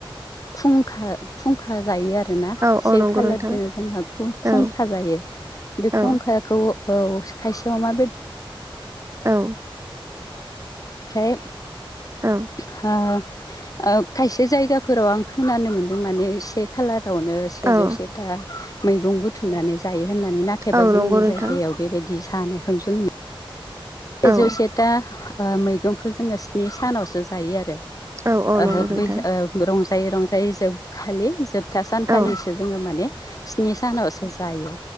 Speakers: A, on the left (about 40°); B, on the right (about 30°).
A: खुंखा खुंखा जायो आरो आरो ना
B: औ
A: से
B: औ नंगौ
A: खालार
B: नोंथां
A: दिना जोंहा खुंखा
B: औ
A: जायो बे
B: औ
A: खुंखा खौ औ खायसे अमा बेदर
B: औ
A: ओमफ्राय
B: औ
A: हा ओ खायसे जायगाफोराव आं खोनानो मोन्दों माने से खालारावनो सेजौ
B: औ
A: सेथा मैगं बुथुमनानै जायो होननानै नाथायबा
B: औ
A: जोंनि
B: नंगौ नोंथां
A: जायगायाव बेबायदि जानायखौ जों सेजौसेथा
B: औ
A: मैगंखौ जोंङो स्नि सानावसो जायो
B: औ औ
A: आरो
B: नंगौ नोंथां
A: बै रंजायै रंजायै जोबखालि जोबथा सानखालि
B: औ
A: जोंङो माने स्नि सानावसो जायो